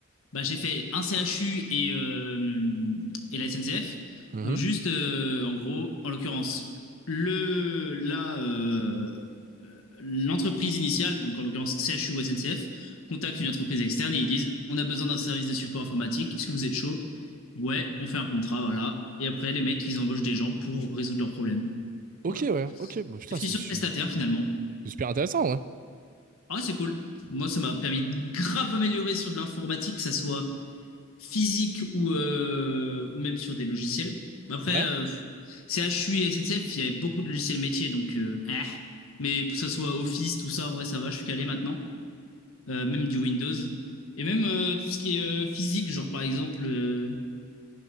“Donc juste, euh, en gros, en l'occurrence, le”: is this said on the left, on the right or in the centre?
Left